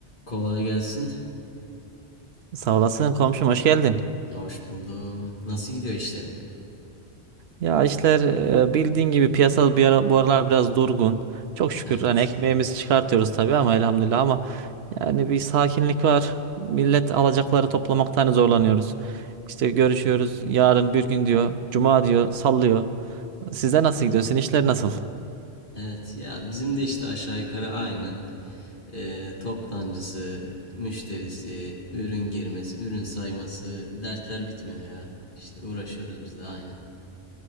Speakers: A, on the left; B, on the right.
A: Kolay gelsin.
B: Sağ olasın komşum hoş geldin.
A: Hoş buldum. Nasıl gidiyor işlerin?
B: Ya işler e, bildiğin gibi piyasal bir ara, bu aralar biraz durgun. Çok şükür
A: Evet.
B: hani ekmeğimizi çıkartıyoruz tabii ama elhamdülillah ama yani bir sakinlik var. Millet alacakları toplamaktan hani zorlanıyoruz. İşte görüşüyoruz yarın bir gün diyor. Cuma diyor sallıyor. Size nasıl gidiyor? Sizin işler nasıl?
A: Evet ya bizim de işte aşağı yukarı aynı. Ee, toptancısı, müşterisi, ürün girmesi, ürün sayması dertler bitmiyor ya. İşte uğraşıyoruz biz de aynı.